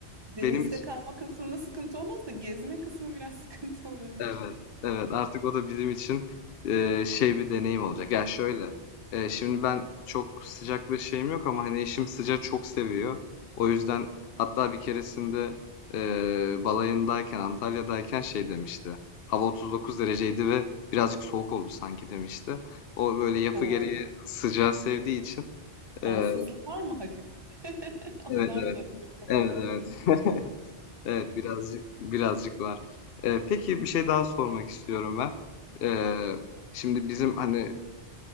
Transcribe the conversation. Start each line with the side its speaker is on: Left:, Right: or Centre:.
Right: denizde
Left: benim için
Right: kalma kısmında sıkıntı olmaz da gezme kısmı biraz <laughs> sıkıntı olabilir.
Left: evet evet artık o da bizim için eee, şey bir deneyim olacak. Ya şöyle eee, şimdi ben çok sıcakla şeyim yok ama hani eşim sıcağı çok seviyor. O yüzden hatta bir keresinde eee, balayındayken Antalya'dayken şey demişti. Hava 39 dereceydi ve birazcık soğuk oldu sanki demişti. O böyle yapı
Right: O
Left: gereği sıcağı sevdiği için.
Right: kansızlık
Left: e,
Right: var mı hafif? <laughs> Ondan
Left: Evet, evet.
Right: da olur kadınlarda
Left: Evet, evet.
Right: bir.
Left: <laughs> Evet, birazcık birazcık var. Ee, peki bir şey daha
Right: <laughs>
Left: sormak istiyorum ben. Ee, şimdi bizim hani